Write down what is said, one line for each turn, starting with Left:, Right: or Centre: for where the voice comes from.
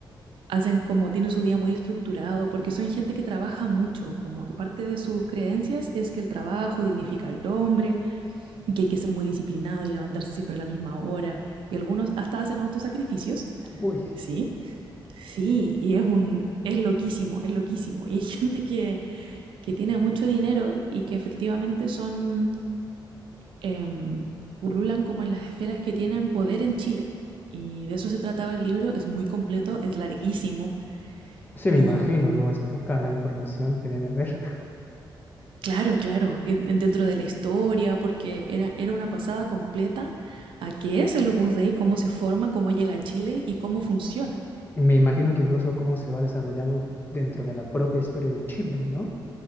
Right: hacen como, tienen su día muy estructurado, porque son gente que trabaja mucho, como parte de sus creencias es que el trabajo dignifica al hombre, y que hay que ser muy disciplinado y levantarse siempre a la misma hora, y algunos hasta hacen autosacrificios,
Left: Uy,
Right: ¿sí? Sí, y es un, es loquísimo, es loquísimo. Y hay <laughs> gente que, que tiene mucho dinero y que efectivamente son, em, pululan como en las esferas que tienen poder en Chile. Y de eso se trataba el libro, es muy completo, es larguísimo.
Left: se me
Right: Y
Left: imagino,
Right: mm,
Left: no es poca la información que debe haber.
Right: claro, claro, y en- dentro de la historia, porque era, era una pasada completa a qué es el Opus Dei, cómo se forma, cómo llega a Chile y cómo funciona.
Left: Y me imagino que incluso cómo se va desarrollando dentro de la propia historia de Chile, ¿no?